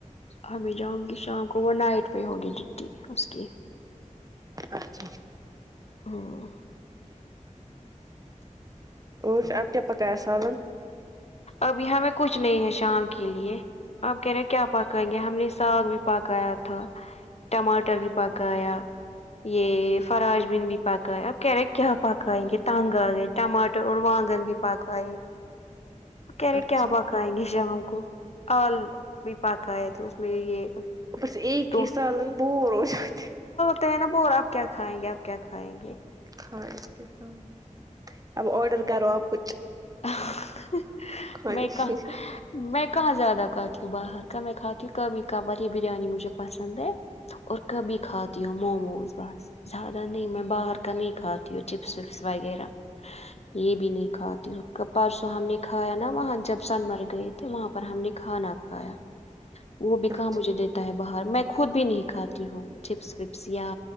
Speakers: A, on the left; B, on the right.
A: ہمیں جاؤں گی شام کو وہ نائٹ پہ ہوگی ڈیوٹی اس کی
B: اچھا
A: ہاں
B: اور آپ کیا پکایا سالن
A: اب ہمیں کچھ نہیں ہے شام کے لیے آپ کہہ رہے کیا پکائیں گے ہم نے ساگ بھی پکایا تھا ٹماٹر بھی پکایا یہ فراش بیھنڈی بھی پکایا اب کیرٹ کیا پکائیں کہ تنگ آ گاے ٹماٹر اور بینگن بھی پکائی کہہ رہے
B: اچھا
A: کیا پکائیں گے شام کو آلو بھی پکایا تھے اس میں یہ
B: بس اایک
A: تو
B: ہی سالن بور ہو جاتے ہے
A: کہ رہا نا بڑا اور آپ کیا کھائیں گے آپ کیا کھائیں گے
B: ہاں اب آڈر کرو اب کچھ
A: آہوں
B: کھانے
A: میں
B: کے
A: کا
B: لیے
A: میں کہاں زیادہ کھاتی ہوں باہر کا میں کھاتی ہوں کبھی کبھار یہ بریانی مجھے پسند ہے اور کبھی کھاتی ہوں موموز بس زیادہ نہیں میں باہر کا نہیں کھاتا چپس وپس وغیرہ یہ بھی نہیں کھاتی ہوں پرسوں ہم نے کھایا نا وہاں جب سن مرگے گئے تھے وہاں پر ہم نے کھانا کھایا وہ بھی کہاں
B: اچھا
A: مجھے دیتا ہے باہر میں خود بھی نہیں کھاتی ہوں چپس وپس یا